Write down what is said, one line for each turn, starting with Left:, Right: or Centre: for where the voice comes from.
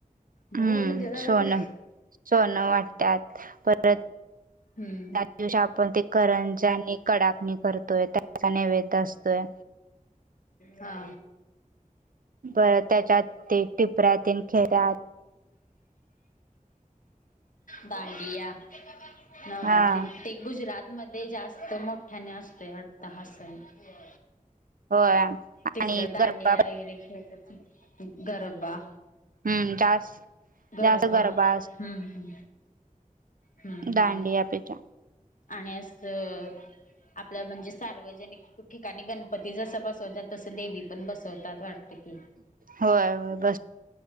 Left: बोल
Right: हम्म
Left: ग
Right: सोनं सोनं वाटतात परत
Left: हम्म
Right: दिवशी आपण ते करंजानी कडाकणी करतोय त्याचा नैवेद्य असतोय
Left: हा
Right: बर त्याच्यात ते टिपऱ्यातील खेळतात.
Left: दांडिया नवरात्री
Right: हा
Left: ते गुजरातमध्ये जास्त मोठ्याने असतो वाटतं हा सण हो
Right: होय
Left: तिकडं दांडिया
Right: गरबा
Left: वगैरे खेळत गरबा
Right: हम्म जास्त
Left: गरोगम
Right: जास्त गरबा
Left: हम्म हम्म हम्म हम्म
Right: दांडीियापेच्या
Left: आणि असं आपलं म्हणजे सार्वजनिक ठिकाणी गणपती जस बसवतात तसं देवी पण बसवतात वाटत की
Right: होयय बस